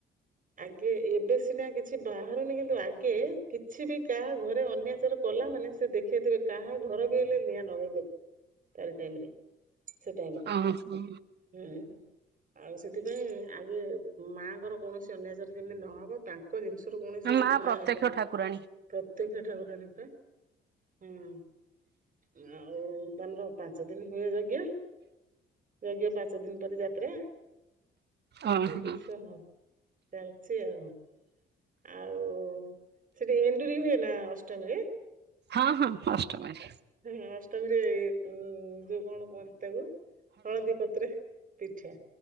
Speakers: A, on the right; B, on the right.
A: ଆଗେ ଏବେ ସିନା କିଛି କିନ୍ତୁ ଆଗ କିଛିବି କାହା ଘରେ ଅନ୍ୟାଚର କଲା ମାନେ ସେଦେଖେଇ ଦେବେ କାହା ଘରବି ହେଲେ ନିଆଁ ଲଗେଇଦେବେ। ତାର ଟାଇମରେ ସେ ଟାଇମରେ
B: ଓହୋ
A: ହୁଁ। ଆଉ ସେଥିପାଇଁ ଆଗେ ମାଙ୍କର କୌଣସି ଅନ୍ୟାଜର ଯେମିତି ନହବ ତାଙ୍କ ଜିନିଷ ସେତିରେ କୌଣସି
B: ମା
A: ଉଣା
B: ପ୍ରତ୍ୟକ୍ଷ
A: ଯେମିତି ନ
B: ଠାକୁରାଣୀ
A: ପ୍ରତ୍ୟକ୍ଷ ଠାକୁରାଣୀ ପରା ହୁଁ ଆଉ ଆମର ପାଞ୍ଚ ଦିନ ହୁଏ ଯଜ୍ଞ ଯଜ୍ଞ ପାଞ୍ଚ ଦିନି ପରେ ଯାତ୍ରା।
B: ଓହୋ
A: <unintelligible> ଚାଲିଚି ଆଉ। ଆଉ ସେଠି ଏଣ୍ଡୁରି ହୁଏନା ଅଷ୍ଟମୀରେ?
B: ହଁ ହଁ ଅଷ୍ଟମାରୀ।
A: ହୁଁ ଅଷ୍ଟମୀରେ ଯୋଉ ହୁଁ କଣ କୁହନ୍ତି ତାକୁ ହଳଦୀ ପତ୍ର। ପିଠା